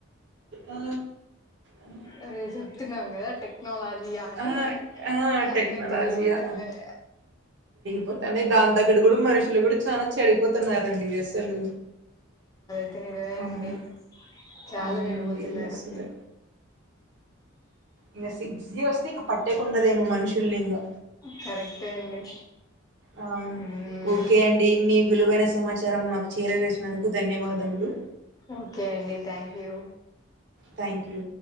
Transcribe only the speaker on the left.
అదే చెప్తున్నాం కదా టెక్ టెక్నాలజీ అని
అన్నిీ
తిరిగిపోతున్నాయ్
అ కదా
అండి చాలా
జరుగుతున్నారు
కరెక్టే అండి
ఉమ్
ఓకే అండి థ్యాంక్ యూ